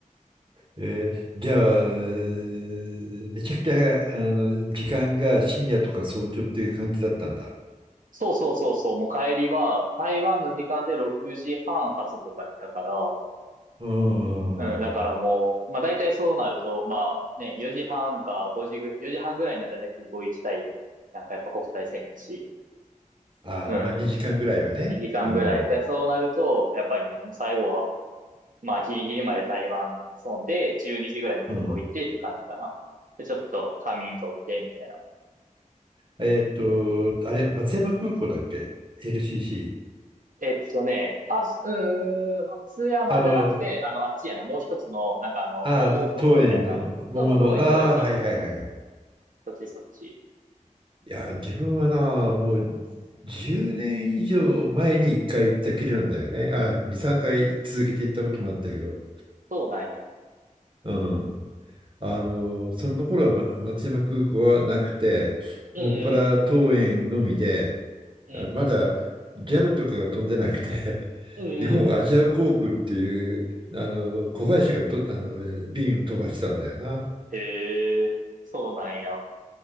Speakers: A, on the right (about 35°); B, on the right (about 75°).
A: えーじゃあ、めちゃくちゃ、あの、時間が深夜とか早朝っていう感じだったんだ。
B: そうそうそうそう、もう帰りは、台湾の時間で6時半発とかやったから、
A: うーん。
B: うん、だからもう、まあ大体そうなると、まあね、4時半か5時ぐ、4時半ぐらいには大体空港行きたい。なんかやっぱ国際線やし、
A: あー、
B: うん、
A: まあ、2時間ぐらいはね。
B: 2時間ぐらい。
A: うん。
B: でそうなると、やっぱりね、もう最後はまあ、ギリギリまで台湾損で、12時ぐらいに空港行ってっていう感じかな。
A: うん。
B: で、ちょっと仮眠取って、みたいな。
A: えっと、あれ、松山空港だっけ ?LCC。
B: えっとね、あ、すうーん、松山じゃなくて、
A: あの、
B: あの、あっちやな、もう一つの、なんかあの、
A: あー、
B: 桃園みたいな。
A: 桃園の桃の、
B: そうそう、桃園、
A: ああ、
B: 桃園、そうそうそう、
A: はいはいはい。
B: そう、そっちそっち。
A: いや、自分はな、もう10年以上前に1回行ったきりなんだよね。あ、2、3回続けて行ったこともあったけど。
B: そうなんや。
A: うん。あの、その頃は、ま、松山空港はなくて、
B: うんうん、
A: もっぱら桃園のみで、
B: うん、
A: あまだギャルとかが飛んでなくて、<laughs>
B: うんうん。
A: 日本アジア航空っていうあの子会社がとあの便を飛ばしてたんだよな。
B: へえ、そうなんや。